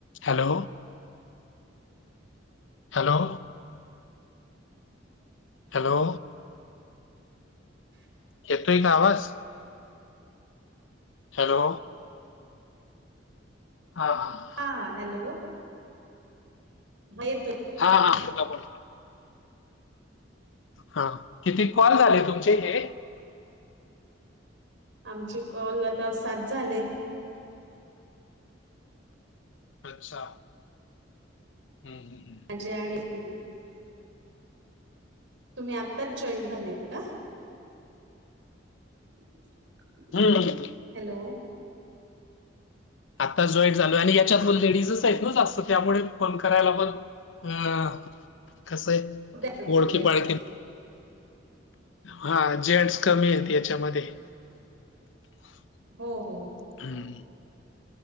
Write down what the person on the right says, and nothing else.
<inaudible>
हां हॅलो. हयेतो.
आमचे कॉल आता सात झाले
जया आणि तुम्ही. तुम्ही आत्ताच जॉईन झालेत का <unintelligible>
हॅलो
असतील
हो हो